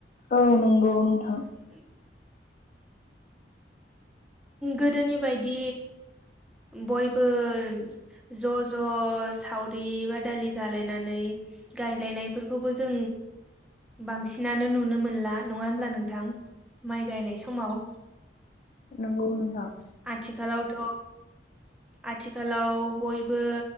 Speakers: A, on the left; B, in the centre.
A: औ नंगौ नोंथां
B: <unintelligible> गोदोनि बायदि बयबो ज' ज' ज सावरि बादालि जालायनानै गायलायनायफोरखौबो जों बांसिनानो नुनो मोनला नङा होमब्ला नोंथां माइ गायनाय समाव
A: नोंगौ नोंथां
B: आथिखालावथ' आथिखालाव बयबो